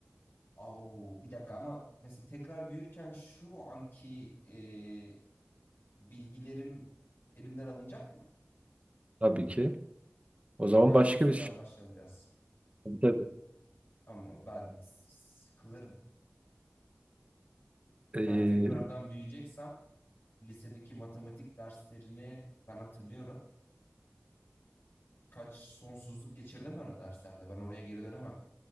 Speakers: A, on the left (about 60°); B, on the right (about 30°).
A: Oo, bir dakika ama mesela tekrar büyürken şu anki e, bilgilerim elimden alınacak mı?
B: tabii ki. O zaman
A: Ha,
B: başka
A: sıfırdan
B: bir şey.
A: başlayacağız.
B: Tabii, tabii.
A: Ama ben sıkılırım.
B: Ee,
A: Ben tekrardan büyüyeceksem lisedeki matematik derslerini ben hatırlıyorum. Birkaç sonsuzluk geçirdim ben o derslerde. Ben oraya geri dönemem.